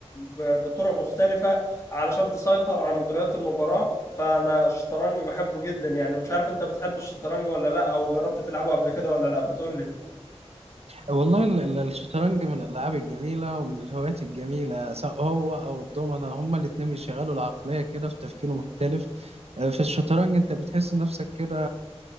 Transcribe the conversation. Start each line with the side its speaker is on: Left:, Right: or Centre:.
Left: ب... بطرق مختلفة علشان تسيطر على مجريات المباراة فأنا الشطرنج بحبه جدا يعني مش عارف أنت بتحب الشطرنج ولا لأ أو جربت تلعبه قبل كده ولا لأ ما تقول لي
Right: والله ال- ال- الشطرنج من الألعاب الجميلة ومن الهوايات الجميلة سواء هو أو الدومنة هما الاتنين بيشغلوا العقلية كده في تفكير مختلف آه، في الشطرنج أنت بتحس نفسك كده